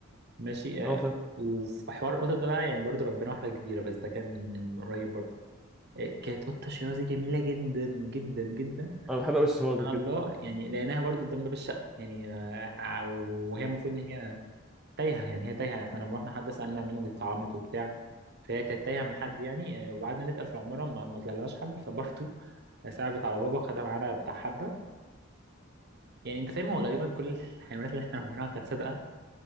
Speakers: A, on the right (about 55°); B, in the centre.
A: ماشي
B: اللي
A: آه،
B: هو فاهم
A: وفي حوار القطط ده بقى يعني برضو ربنا واحده كبيره بس ده كان من قريب برضو كانت قطة شيرازي جميلة جدا جدا جدا
B: انا بحب قوي الشواذ
A: سبحان
B: بجد
A: الله يعني لقيناها برضو قدام باب الشقة يعني آه، وهي المفروض إن هي تايهة يعني هي تايهة احنا لما رحنا حد سألنا منها دي اتطعمت وبتاع فهي كانت تايهة من حد يعني آه، وقعدنا نسأل في العمارة ما, ما طلعلهاش حد فبرضو <laughs> صعبت على بابا وخدها معانا بتاع حبة يعني انت فاهم هو غالبا كل الحيوانات اللي احنا ربيناها كانت صادقة